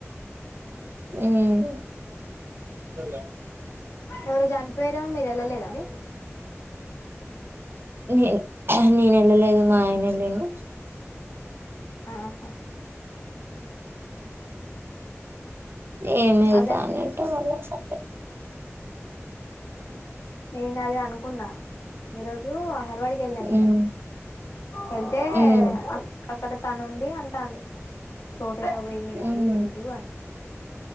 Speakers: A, on the right; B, on the left.
A: మ్
B: ఎవరు చనిపోయార మీరు వెళ్ళలేదాండి
A: నే నేను వెళ్ళలేదు మా ఆయన ఎల్లిండు
B: ఆహా
A: ఏమిల్తా
B: అదే
A: అనిట్టె వ లేశా
B: నెనదే అన్ కున్నా మీరోజు న్వాడికి వెళ్ళా నేను,
A: ఉమ్
B: వెళ్తే
A: ఉమ్
B: అక్ అక్కడ క్కనుండి అంటాన్ తోట ఎట్టపోయింది కాదు
A: ఉమ్
B: ఈరోజు అని